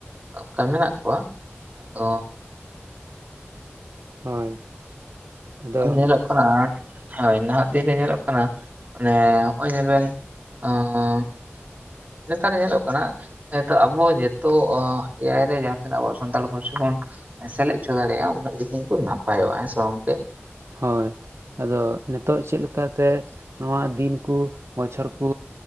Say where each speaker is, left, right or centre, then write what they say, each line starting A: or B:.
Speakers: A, on the right; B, on the right.
A: ᱚᱱᱠᱟ ᱢᱮᱱᱟᱜ ᱠᱚᱣᱟ ᱛᱚ᱾
B: ᱦᱳᱭ ᱟᱫᱚ
A: ᱧᱮᱞᱚᱜ ᱠᱟᱱᱟ ᱦᱳᱭ ᱱᱟᱦᱟᱜ ᱫᱤᱱ ᱨᱮ ᱧᱮᱞᱚᱜ ᱠᱟᱱᱟ᱾ ᱢᱟᱱᱮ ᱱᱚᱜ ᱚᱭ ᱧᱮᱞ ᱵᱮᱱ ᱚᱸ᱾ ᱱᱮᱛᱟᱨ ᱧᱮᱞᱚᱜ ᱠᱟᱱᱟ᱾ ᱡᱮᱸᱛᱚ ᱟᱵᱚ ᱡᱤᱛᱚᱜ ᱮᱟᱭ ᱨᱮ ᱡᱟᱦᱟᱸ ᱛᱤᱱᱟᱹᱜ ᱟᱵᱚ ᱥᱟᱱᱛᱟᱲ ᱯᱟᱹᱨᱥᱤ ᱵᱚᱱ᱾ ᱥᱮᱞᱮᱫ ᱦᱚᱪᱚ ᱫᱟᱲᱮᱭᱟᱜᱼᱟ ᱩᱱᱟᱹᱜ ᱠᱤᱱᱛᱩ ᱱᱟᱯᱟᱭᱚᱜᱼᱟ ᱦᱮᱸ ᱜᱚᱝᱠᱮ᱾
B: ᱦᱳᱭ ᱟᱫᱚ ᱱᱤᱛᱚᱜ ᱪᱮᱫ ᱞᱮᱠᱟᱛᱮ᱾ ᱱᱚᱣᱟ ᱫᱤᱱ ᱠᱚ ᱵᱚᱪᱷᱚᱨ ᱠᱚ